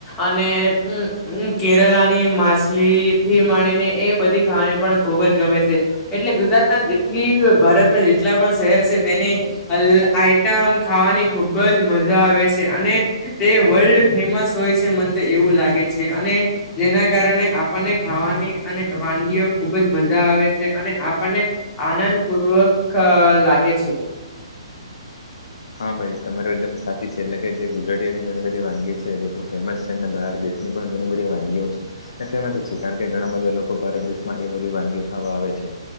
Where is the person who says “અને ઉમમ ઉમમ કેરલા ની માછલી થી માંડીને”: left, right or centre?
Left